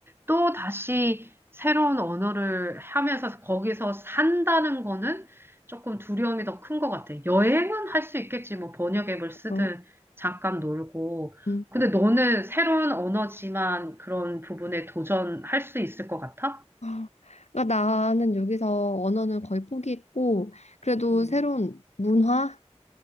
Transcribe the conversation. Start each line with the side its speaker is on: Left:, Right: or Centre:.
Right: 또 다시 새로운 언어를 하면서 거기서 산다는 거는 조금 두려움이 더 큰 것 같아. 여행은 할 수 있겠지. 뭐 번역 앱을 쓰든
Left: 맞아.
Right: 잠깐 놀고.
Left: 음.
Right: 근데 너는 새로운 언어지만 그런 부분에 도전할 수 있을 것 같아?
Left: 아, 그러니까 나는 여기서 언어는 거의 포기했고 그래도
Right: 응,
Left: 새로운 문화,